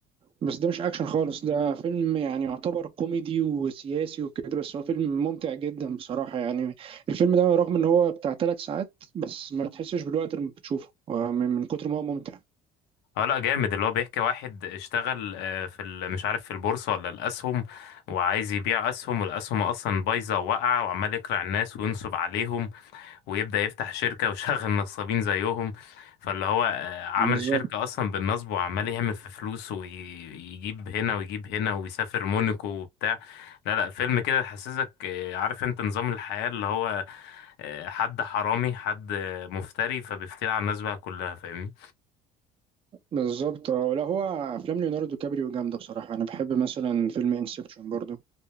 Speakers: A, on the right; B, on the left.
A: بس ده مش اكشن خالص ده فيلم يعني يعتبر كوميدي وسياسي وكده بس هو فيلم ممتع جدا بصراحة يعني الفيلم ده رغم ان هو بتاع ثلاث ساعات بس ما بتحسش بالوقت لما بتشوفه آه، من من كتر ما هو ممتع
B: اه لا جامد اللي هو بيحكي واحد اشتغل آه، في ال- مش عارف في البورصة ولا الأسهم وعايز يبيع أسهم والأسهم أصلا بايظة وواقعة وعمال يقرع الناس وينصب عليهم ويبدأ يفتح شركة ويشغل نصابين زيهم فاللي هو آه، عمل
A: بالظبط
B: شركة أصلا بالنصب وعمال يعمل في فلوس ويجيب هنا ويجيب هنا ويسافر مونيكو وبتاع لا لا فيلم كده يحسسك آه، عارف انت نظام الحياة اللي هو آه، حد حرامي حد آه، مفتري فبيفتري على الناس بقى كلها فاهمني
A: بالظبط آه، ولا هو افلام ليوناردو كابريو جامدة بصراحة انا بحب مثلا فيلم انسبشن برضو